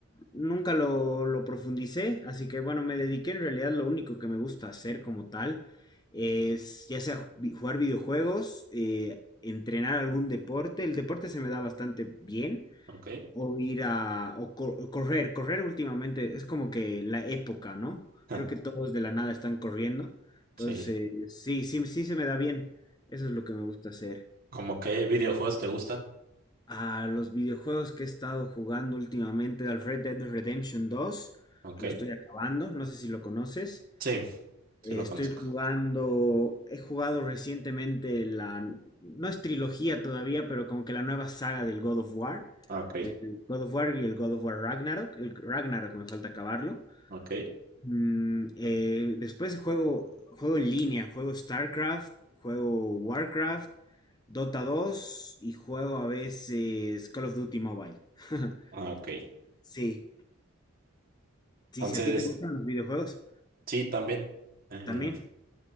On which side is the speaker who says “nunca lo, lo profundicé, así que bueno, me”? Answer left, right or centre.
Left